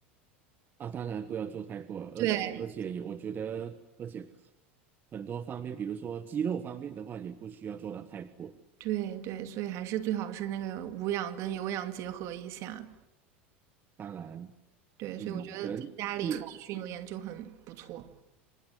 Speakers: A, on the right (about 30°); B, on the right (about 55°).
A: 啊，当然不要做太过，而且而且也我觉得，
B: 对
A: 而且很多方面，比如说肌肉方面的话，也不需要做到太过。
B: 对对，所以还是最好是那个无氧跟有氧结合一下。
A: 当然，
B: 对，所以我觉得在家里训练就很不错
A: 嗯，可能最